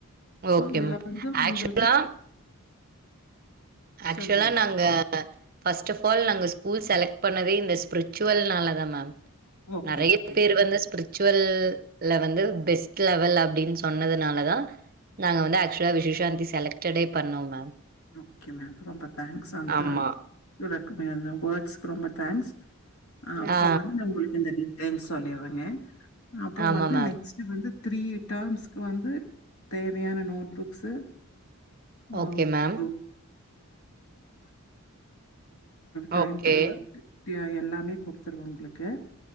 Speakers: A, on the left (about 75°); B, on the right (about 40°).
A: சோ
B: ஓகே
A: இதுல
B: மேம்.
A: வந்து
B: ஆக்சுவலா
A: உங்களுக்கு
B: ஆக்சுவலா
A: சொல்லுங்க மேம்.
B: நாங்க ஃபர்ஸ்ட் ஆஃப் ஆல் நாங்க ஸ்கூல் செலக்ட் பண்ணதே இந்த ஸ்பிரிச்சுவல்னால தா மேம்
A: ஓகே,
B: நிறைய
A: ஓகே.
B: பேரு வந்து ஸ்பிரிஜ் ஜ்சுவல் வந்து பெஸ்ட் லெவல் அப்படின்னு சொன்னதுனாலதா நாங்க வந்து ஆக்சுவலா விஷவசாந்தி செலக்டடே பண்ணோ மேம்
A: ஓகே மேம் ரொம்ப தேங்க்ஸ் அந்த
B: ஆமா
A: எல்லாருக்குமே அந்த வேட்ஸ்க்கு ரொம்ப தேங்க்ஸ் அப்புறம்
B: ஆ
A: வந்து நம்மளுக்கு இந்த தென் சொல்லிருவங்க அப்புறம்
B: ஆமா
A: வந்து
B: மேம்
A: நெக்ஸ்ட் வந்து த்ரீ டர்ம்ஸ்க்கு வந்து தேவையான note books <unintelligible>
B: okay ma'am
A: time
B: ஓகே
A: டே எல்லாமே கொடுத்துருவ உங்களுக்கு